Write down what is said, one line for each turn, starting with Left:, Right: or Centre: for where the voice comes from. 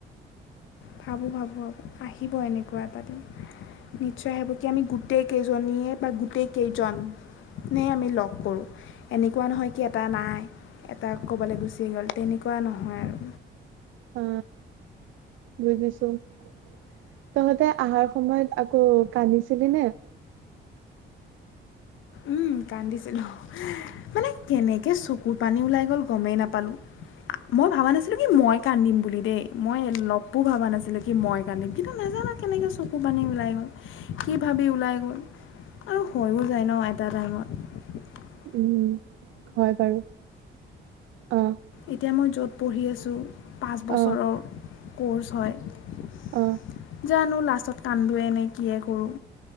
Left: ভাবোঁ ভাবোঁ ভাবোঁ আহিব এনেকুৱা এটা দিন নিশ্চয় হ'িব কি আমি গোটেইকেইজনীয়ে বা গোটেইকেইজনেই আমি লগ কৰোঁ এনেকুৱা নহয় কি এটা নাই এটা ক'বলৈ গুচি গ'ল তেনেকুৱা নহয় আৰু
Right: হা বুজিছো তহঁতে আহাৰ সময়ত আকৌ কান্দি ছিলি নে
Left: উম কান্দিছিলো মানে কেনেকে চকুৰ পানী ওলাই গ'ল গমেই নাপালো মই ভাবা নাছিলো কি মই কান্দিম বুলি দেই মই অলপো ভাবা নাছিলো কি মই কান্দিম কিন্তু নাজানো কেনেকে চকুৰ পানী ওলাই গ'ল কি ভাবি ওলাই গ'ল আৰু হৈো যায় ন াৰাইমত
Right: উম হয় বাৰু অ
Left: এতিয়া মই য'ত পঢ়ি আছোঁ পাঁচ বছৰৰ
Right: অ
Left: কোৰ্চ হয়।
Right: অ
Left: জানো লাষ্টত কান্দোৱে এনে কিয়ে কৰোঁ।